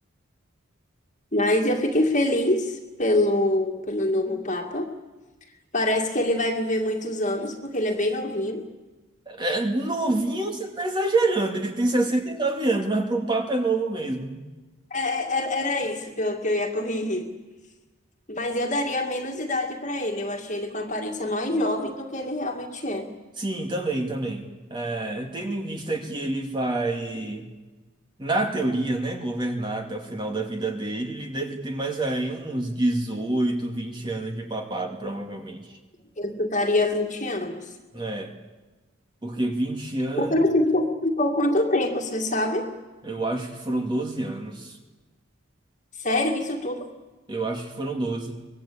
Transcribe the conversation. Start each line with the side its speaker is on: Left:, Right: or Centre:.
Left: Mas eu fiquei feliz pelo, pelo novo Papa. Parece que ele vai viver muitos anos, porque ele é bem novinho.
Right: É, novinho você tá exagerando. Ele tem 69 anos, mas para um Papa é novo mesmo.
Left: É, é- era isso que eu, que eu ia corrigir. Mas eu daria menos idade para ele. Eu achei ele com aparência mais jovem do que ele realmente é.
Right: Sim, também, também. É, tendo em vista que ele vai. Na teoria, né, governar até o final da vida dele, ele deve ter mais aí uns 18, 20 anos de papado, provavelmente.
Left: Eu chutaria 20 anos.
Right: É, porque 20 anos,
Left: O Francisco ficou quanto tempo, você sabe?
Right: eu acho que foram 12 anos.
Left: Sério, isso tudo?
Right: Eu acho que foram 12.